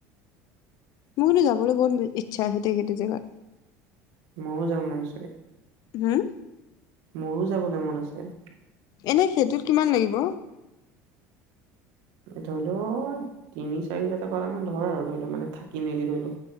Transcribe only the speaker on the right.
মোৰো যাব মন আছে।
মোৰো যাবলে মন আছে
ধৰি ল তিনি চাৰি হাজাৰ টকা মান ধৰ আৰু ধৰি ল মানে থাকি মেলি ধৰি ল